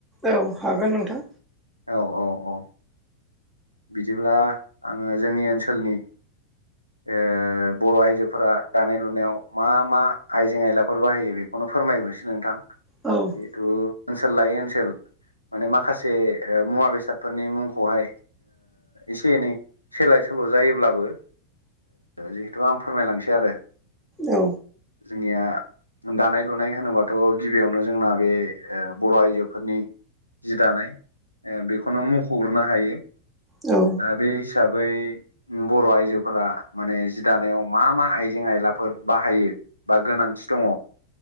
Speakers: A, in the centre; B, on the left.
A: औ हागोन नोंथां।
B: औ औ औ बिदिब्ला आङो जोंनि ओनसोलनि ओ बर' आइजोफोरा दानाय-लुनायाव मा मा आइजें-आइलाफोर बाहायो बे बखौनो फोरमायग्रोनोसै नोंथां।
A: औ
B: जिथु ओनसोल लायै ओनसोल माने माखासे मुवा बेसादफोरनि मुंखौहाय एसे एनै सोलाय सोल' जायोब्लाबो जिहेथु आं फोरमायलांसै आरो
A: औ
B: जोंनिया दानाय लुनाय होनोबाथ' गिबियावनो जोंना बे बर' आइजोफोरनि जि दानाय बेखौनो मख'ग्रोनो हायो
A: औ
B: दा बे हिसाबै बर' आइजोफोरा माने जि दानायाव मा मा आइजें आयलाफोर बाहायो बा गोनांथि दङ